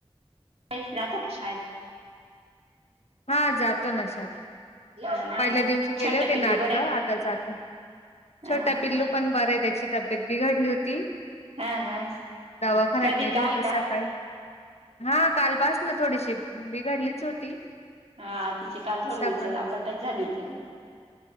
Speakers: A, on the right; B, on the left.
A: ते ना <inaudible> त का शायद
B: हा जातो ना शाळेत,
A: हा ना
B: पहिल्या दिवशी केले
A: छोट
B: होते
A: पिल्लू
B: नाटक
A: बरं आहे
B: आता जातो.
A: हा
B: छोटा
A: हा.
B: पिल्लू पण बर आहे त्याची तब्येत बिघडली होती.
A: हा हा
B: दवाखान्यात
A: कधी
B: नेलं
A: काल
B: होत
A: का?
B: सकाळी, हा कालपास ना थोडीशी बिघडलीच होती.
A: हा तिची काल थोडी
B: सकाळ
A: उचल पटच झाली होती ना,